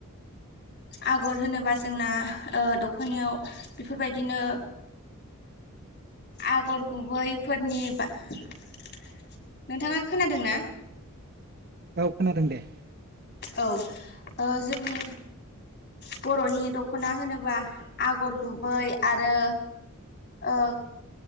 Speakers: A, on the left; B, on the right.
A: आगर होनोबा जोंना ओ दख'नायाव बेफोरबायदिनो आगर गुबैफोरनि बा नोंथाङा खोनादों ना?
B: औ खोनादों दे।
A: औ ओ जोंनि बर'नि दख'ना होनोब्ला आगर गुबै आरो ओ